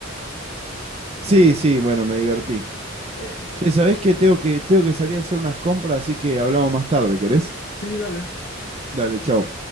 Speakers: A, on the right (about 30°); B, on the left (about 60°).
A: Sí, sí, bueno, me divertí.
B: Eh, total.
A: Che, ¿sabés qué? Tengo que, tengo que salir a hacer unas compras, así que hablamos más tarde, ¿querés?
B: Sí, dale.
A: Dale, chau.